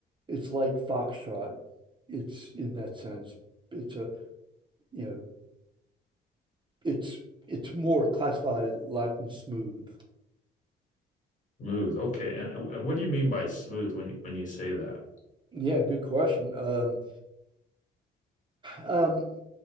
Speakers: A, on the right; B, on the left.
A: it's like foxtrot. It's in that sense. It's a you know it's it's more classified Latin smooth.
B: Smooth. Okay. And and what do you mean by smooth when you, when you say that?
A: Yeah, good question. Um, um,